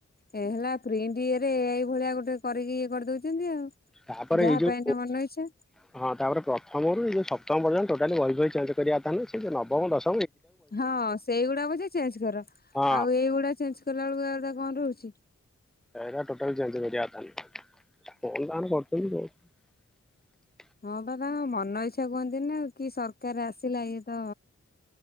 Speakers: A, on the left; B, in the centre.
A: ହେଲା ପ୍ରିଣ୍ଟ ଇଏ ରେ ଏଇଭଳିଆ ଗୋଟେ କରିକି ଇଏ କରିଦଉଛନ୍ତି ଆଉ।
B: ତାପରେ
A: ଯାହା
B: ଏଇ ଯୋଉ
A: ପାଇନେ ମନ ଇଚ୍ଛା
B: ହଁ ତାପରେ ପ୍ରଥମରୁ ଏଇ ଯୋଉ ଷ୍ଟମ ପଯ୍ୟନ୍ତ ଟୋଟାଲି ବହି ଫଇ ଚେଞ୍ କରିବା କଥା ନୁହଁ ସେ ଯଉ ନବମ ଦସ
A: ହଁ ସେଇଗୁଡାକ ଯେ ଚେଞ୍ଜ କର।
B: ହଁ
A: ଆଉ ଏଇଗୁଡା ଚେଞ୍ଜ କଲା ବେଳକୁ ଆଉ ହଁ ରହୁଛି।
B: ଏରା ଟୋଟାଲ ଚେଞ୍ଜ କରିବା କଥାନୁହ। କଣ ଟା ଆମେ କରୁଛନ୍ତି ଆଉ।
A: ହଁ ବା ତାଙ୍କ ମନ ଇଚ୍ଛା କୁହନ୍ତିନି ଆଉ କି ସରକାର ଆସିଲା ଇଏ ତ